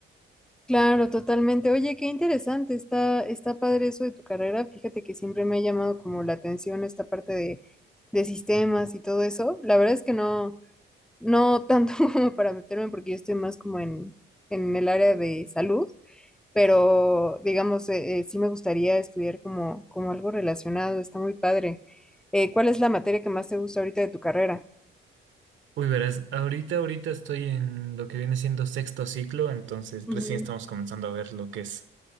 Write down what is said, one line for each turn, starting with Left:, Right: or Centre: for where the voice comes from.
Centre: Claro, totalmente. Oye, qué interesante. Está, está padre eso de tu carrera. Fíjate que siempre me ha llamado como la atención esta parte de, de sistemas y todo eso. La verdad es que no, no tanto <laughs> como para meterme porque yo estoy más como en, en el área de salud, pero digamos, eh, eh, sí me gustaría estudiar como, como algo relacionado. Está muy padre. Eh, ¿cuál es la materia que más te gusta ahorita de tu carrera?
Right: Uy, verás, ahorita, ahorita estoy en lo que viene siendo sexto ciclo, entonces
Centre: Ujú.
Right: recién estamos comenzando a ver lo que es